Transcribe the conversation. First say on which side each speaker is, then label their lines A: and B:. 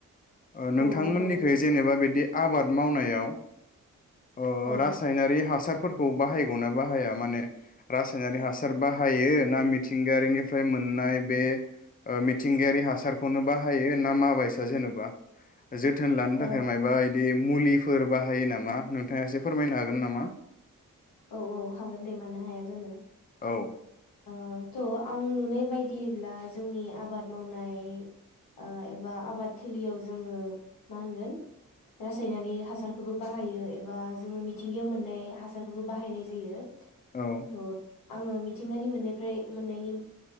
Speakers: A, on the left (about 25°); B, on the left (about 80°).
A: ओ नोंथांमोननिखै
B: औ जागोन दे
A: जेनेबा बे बे आबाद मावनायाव अ
B: औ
A: रासायनारि हासार फोरखौ बाहायगौना बाहाया माने रासायनारि हासार बाहायो ना मिथिंगायारिनिफ्राय मोननाय बे ओ मिथिंगायारि हासारखौनो बाहायो ना माबायसा जेनेबा जोथोन लानो
B: ओ
A: थाखाय मायबा बे मुलिफोर बाहायो नामा नोंथाङा एसे फोरमायनो हागोन नामा?
B: औ औ हागोन दे मानो हाया जानो
A: औ
B: ओ थ' आं नुनाय बायदियैब्ला जोंनि आबाद मावनाय आ एबा आबाद थिलियाव जोङो मा होनगोन रासायनारि हासारखोबो बाहायो एबा जोङो मिथिंगायाव मोननाय हासारखोबो बाहायनाय जायो
A: औ
B: थ' आङो मिथ थिंगानि मोननायफ्राय मोननायनि